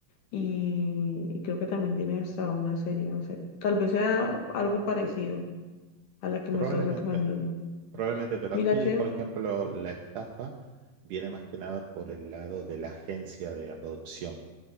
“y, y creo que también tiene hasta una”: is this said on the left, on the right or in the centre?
Left